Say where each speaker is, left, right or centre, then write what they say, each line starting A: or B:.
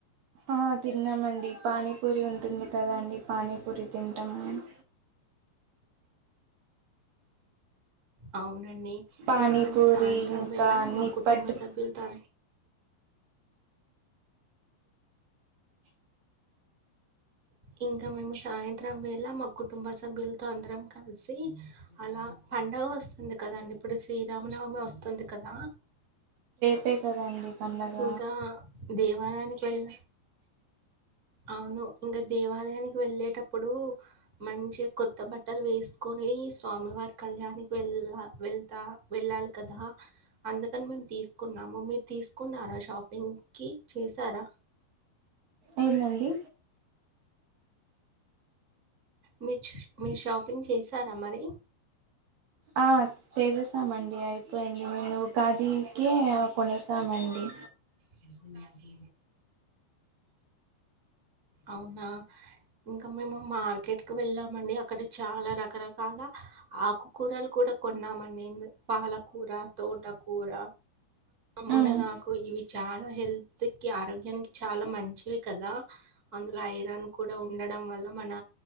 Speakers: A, on the right; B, on the right.
A: ఆ తిన్నామండి పానీపూరి ఉంటుంది కదా అండి పానీపూరి తింటాం మేము
B: అవునండి
A: పానీపూరి
B: ఇంకా మేము సాయంత్రం
A: ఇంకా
B: వేళ మా
A: నిప్పట్టు
B: కుటుంబ సభ్యులతో ఇంకా మేము సాయంత్రం వేళ మా కుటుంబ స సభ్యులతో అందరం కలిసి అలా పండగ వస్తుంది కదండి ఇప్పుడు శ్రీరామనవమి వస్తుంది కదా
A: ప్పే కదండి పండగ
B: ఇంకా దేవాల దానికి వెళ్ళ అవును ఇంకా దేవాలయానికి వెళ్ళేటప్పుడు మంచిగా కొత్త బట్టలు వేసుకొని స్వామివారి కళ్యాణకి వెళ్ళ వెళ్తా వెళ్ళాలి కదా అందుకని మేము తీసుకున్నాము మీరు తీసుకున్నారా షాపింగ్ కి చేసారా
A: ఏందండి
B: మీచ్ మీరు షాపింగ్ చేసారా మరి
A: ఆ చేసేసామండి అయి పోయింది మేం ఉగాదికే కొనేశామండి
B: కాశీ అవునా ఇంక మేము మార్కెట్ క్కకి వెళ్ళామండి అక్కడ చాలా రకరకాల ఆకుకూరలు కూడా కొన్నామండి పాలకూర తోటకూర మునగాకు
A: ఉమ్
B: ఇవి చాలా హెల్త్ కి ఆరోగ్యానికి చాలా మంచివి కదా అందులో ఐరాన్ కూడా ఉండడం వల్ల మన